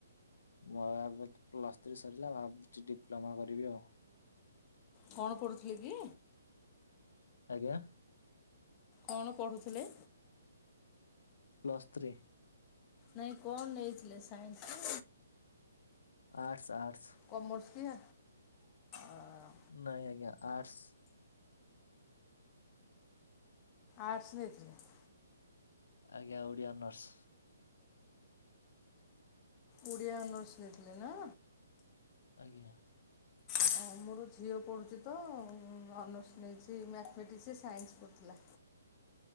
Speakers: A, on the left (about 70°); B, on the left (about 25°).
A: ମୋ ଏ ପ୍ଲସ ଥ୍ରୀ ସରିଲା ଭାବୁଛି ଡିପ୍ଲୋମା କରିବି ଆଉ।
B: କଣ କରୁଥିଲେ କି?
A: ଆଜ୍ଞା।
B: କଣ ପଢୁଥିଲେ?
A: Plus three.
B: ନାଇଁ କଣ ନେଇଥିଲେ ସାଇନ୍ସ
A: ଆର୍ଟ୍ସ ଆର୍ଟ୍ସ।
B: କମର୍ସ କିଆ ଅ
A: ନାଇଁ ଆଜ୍ଞା ଆର୍ଟସ୍।
B: ଆର୍ଟସ୍ ନେଇଥିଲେ?
A: ଆଜ୍ଞା ଓଡ଼ିଆ ଅନର୍ସ।
B: ଓଡ଼ିଆ ଅନର୍ସ ନେଇଥିଲେ ନା?
A: ଆଜ୍ଞା।
B: ହଁ ମୋର ଝିଅ ପଢ଼ୁଛି ତ ଅନର୍ସ ନେଇଛି ମ୍ୟାଥମେଟିକ୍ସ ସାଇନ୍ସ ପଢ଼ୁଥିଲା।